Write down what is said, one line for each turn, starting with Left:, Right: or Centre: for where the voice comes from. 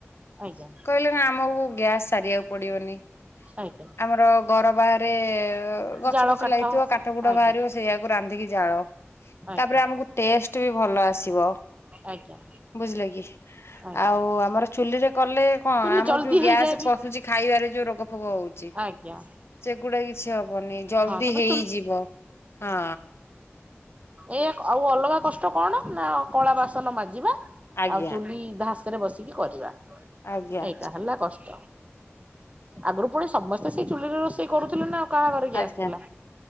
Right: ଆଜ୍ଞା।
Left: କହିଲେ ଆମକୁ ଗ୍ୟାସ ସାରିବାକୁ ପଡିବନି
Right: ଆଜ୍ଞା
Left: ଆମର ଘର ବାହାରେ ଗଛ
Right: ଜାଳ
Left: ଫଛ
Right: କାଠ
Left: ଲାଗିଥିବ କାଠ ଗୁଡ
Right: ଆଜ୍ଞା
Left: ବାହାରିବ ସେଇଆକୁ ରାନ୍ଧିକି ଜାଳ
Right: ଆଜ୍ଞା
Left: ତାପରେ ଆମକୁ ଟେଷ୍ଟ ଭଲ ଆସିବ
Right: ଆଜ୍ଞା
Left: ବୁଝିଲେ କି
Right: ଆଜ୍ଞା।
Left: ଆଉ ଆମର ଚୁଲିରେ କଲେ କଣ ଯୋଉ
Right: ଚୁଲି ଜଲ୍ଦି
Left: ଗ୍ୟାସ
Right: ହେଇଯାଏ ବି
Left: ପଶୁଛି ଖାଇବାରେ ଯୋଉ ରୋଗ ଫୋଗ ହଉଛି
Right: ଆଜ୍ଞା
Left: ସେଗୁଡା କିଛି ହବନି ଜଲଦି
Right: ହଁ ତାପରେ
Left: ହେଇଯିବ ହଁ।
Right: ଏଇ ଆଉ ଅଲଗା କଷ୍ଟ କଣ ନା କଳା ବାସନ ମାଜିବା
Left: ଆଜ୍ଞା
Right: ଆଉ ଚୁଲି ଧାସ ରେ ବସିକି କରିବା।
Left: ଆଜ୍ଞା
Right: ଏଇଟା ହେଲା କଷ୍ଟ। ଆଗରୁ ପୁଣି ସମସ୍ତେ ସେଇ ଚୁଲିରେ ରୋଷେଇ କରୁଥିଲେ ନାଉ କାହା ଘରେ ଗ୍ୟାସ
Left: ଆଜ୍ଞା
Right: ଥିଲା?